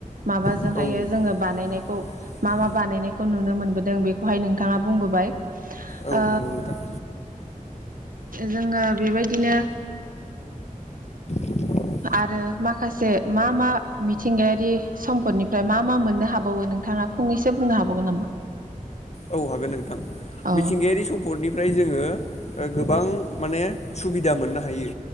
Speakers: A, on the right; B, on the left.
A: माबाजोंहायो
B: औ औ
A: जोङो बानायनायखौ मा मा बानायनायखौ नुनो मोन। बोदों बेखौहाय नोंथाङा बुंबोबाय
B: औ
A: ओ
B: नगथ
A: जोङो बेबायदिनो
B: <inaudible>
A: आरो माखासे मा मा मिथिंगायारि सम्पदनिफ्राय मा मा मोननो हाबावो नोंथाङा फंनैसो बुंनो हाबावगोन नामा?
B: औ हागोन नोंथां
A: औ
B: मिथिंगायारि सम्पदनिफ्राय जोङो गोबां माने सुबिदा मोननो हायो